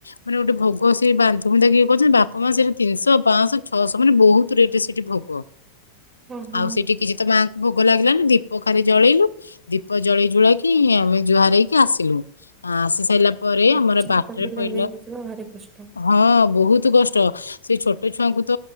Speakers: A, on the left; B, on the right.
A: ମାନେ ଗୋଟେ ଭୋଗ ସେ ବାନ୍ଧ ଫନ୍ଧା କିଏ କହୁଛନ୍ତି ବାପା ମା ସେଇଟା ତିନିଶହ ପାଞ୍ଚଶହ ଛଅଶହ ମାନେ ବହୁତ ରେଟ ସେଠି ଭୋଗ।
B: ହୁଁ ହୁଁ
A: ଆଉ ସେଠି କିଛି ତ ମାଆଙ୍କୁ ଭୋ ଭ ଲାଗିଲାନି ଦୀପ ଖାଲି ଜଳେଇଲୁ ଦୀପ ଜଳେଇ ଜୁଳେଇକି ଆମେ ଯୁହାର ହେଇ ଆସିଲୁ ଆସି ସାରିଲା ପରେ
B: ଗୋଟେ
A: ଆମର
B: ଛୋଟ
A: ରେ
B: ପିଲା
A: ପଲା
B: ନେଇକି ଯିବା ଭାରି କଷ୍ଟ
A: ହଁ ବହୁତ କଷ୍ଟ। ସେ ଛୋଟ ଛୁଆଙ୍କୁ ତ